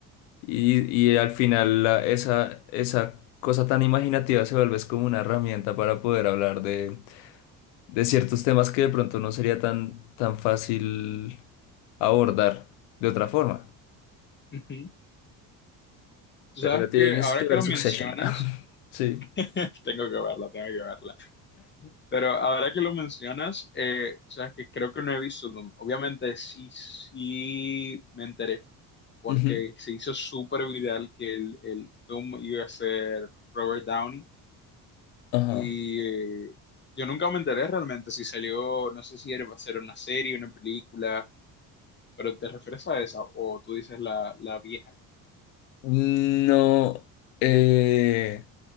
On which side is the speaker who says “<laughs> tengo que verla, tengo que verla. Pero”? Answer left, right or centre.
Left